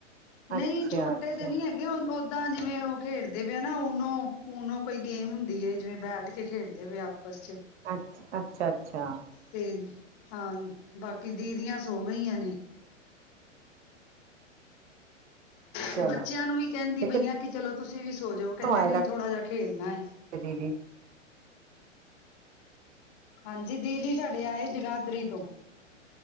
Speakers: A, on the left (about 45°); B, on the right (about 60°).
A: ਨਹੀਂ
B: ਅੱਛਾ
A: ਛੋਟੇ
B: ਅੱਛਾ
A: ਤੇ ਨਹੀਂੀ ਹੈਗੇ ਹੁਣ ਤਾਂ ਜਿਵੇਂ ਉਹ ਖੇਡਦੇ ਪਏ ਨਾ ਉਹਨੂੰ ਨੂੰ ਕੋਈ ਗੇਮ ਹੁੰਦੀ ਹੈ ਜਿਵੇਂ ਬੈਠ ਕੇ ਖੇਡਦੇ ਪ ਆਪਸ ਚ
B: ਅ ਅੱਛਾ -ਅੱਛਾ
A: ਤੇ ਹਾਂ ਬਾਕੀ ਦੀਦੀਆਂ ਸੋ ਗਈਆਂ ਨੇ
B: ਚਲੋ
A: ਤੇ ਬੱਚਿਆਂ ਨੂੰ ਵੀ ਕਹਿੰਦੀ
B: ਤੇ ਕਿੱਥੋਂ
A: ਬਈਆਂ ਕਿ ਚਲੋ ਤੁਸੀਂ ਵੀ ਸੋਜੋ ਕਹਿੰਦੇ
B: ਆਏ
A: ਨਹੀਂ
B: ਤੁਹਾਡੇ
A: ਥੋੜ੍ਹਾ ਜਿਹਾ ਖੇਲਣਾ ਹੈ
B: ਦੀਦੀ
A: ਹਾਂਜੀ ਦੀਦੀ ਸਾਡੇ ਆਏ ਜਗਾਦਰੀ ਤੋਂ